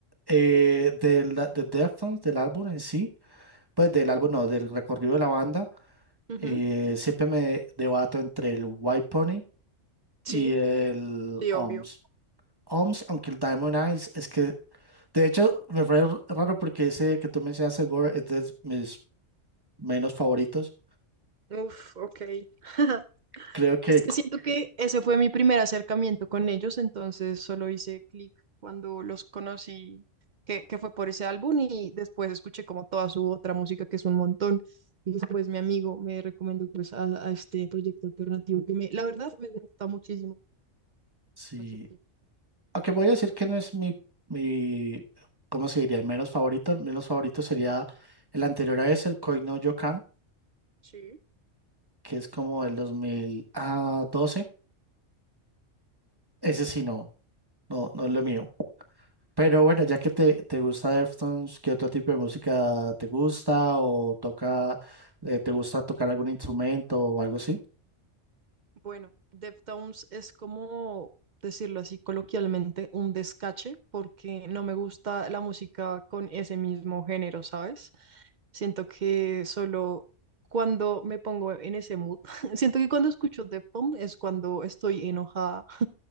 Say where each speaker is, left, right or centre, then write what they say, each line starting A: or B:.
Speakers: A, on the right; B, on the right.
A: Eh, de, la, de Deftones, del álbum en sí, pues del álbum no, del recorrido de la banda,
B: Ujú,
A: eh, siempre me debato entre el White Pony. y
B: Sí,
A: el
B: sí,
A: OMS.
B: obvio.
A: OMS, aunque el Diamond Eyes, es que, de hecho, me fue r- raro porque ese que tú mencionaste, Gore, es de mis menos favoritos.
B: Uf, ok. <laughs>
A: Creo que
B: Es que
A: c-
B: siento que ese fue mi primer acercamiento con ellos, entonces solo hice clic cuando los conocí, que, que fue por ese álbum y después escuché como toda su otra música, que es un montón. Y después mi amigo me recomendó pues a, a este proyecto alternativo que me, la verdad, me gusta muchísimo.
A: sí,
B: para serte-
A: aunque voy a decir que no es mi, mi, ¿cómo se diría? El menos favorito. El menos favorito sería el anterior a ese, el Koi no Yokan,
B: Sí.
A: que es como el dos mil doce Ese sí no, no, no es lo mío. Pero bueno, ya que te, te gusta Deftones, ¿qué otro tipo de música te gusta o toca, eh, te gusta tocar algún instrumento o algo así?
B: Bueno, Deftones es como decirlo así coloquialmente, un descache, porque no me gusta la música con ese mismo género, ¿sabes? Siento que solo cuando me pongo en ese mood, <laughs> siento que cuando escucho Deftones es cuando estoy enojada